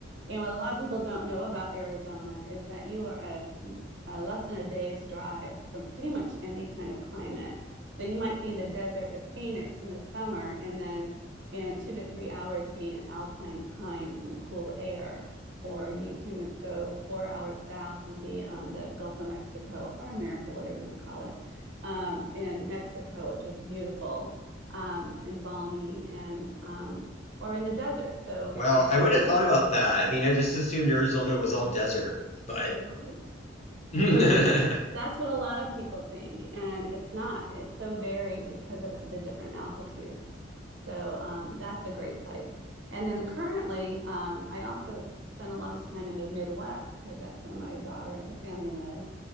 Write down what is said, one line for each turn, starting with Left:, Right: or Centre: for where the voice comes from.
Right: And what a lot of people don't know about Arizona is that you are a, a less than a day's drive from pretty much any kind of climate so you might be in the desert of Phoenix in the summer and then in two to three hours be in alpine pines in the cool air. Or you can go four hours south and be on the Gulf of Mexico or America, whatever you want to call it, um, in Mexico, which is beautiful um, and balmy, and um, or in the desert. So,
Left: Well,
Right: uh,
Left: I would have thought about that. I mean, I just assumed Arizona was all desert, but
Right: right,
Left: <laughs> Heh,
Right: right. That's what a lot of people think, and it's not. It's so varied because of the different altitudes. So um, that's a great place. And then currently, um, I also spend a lot of time in the Midwest because that's where my daughter and her family live.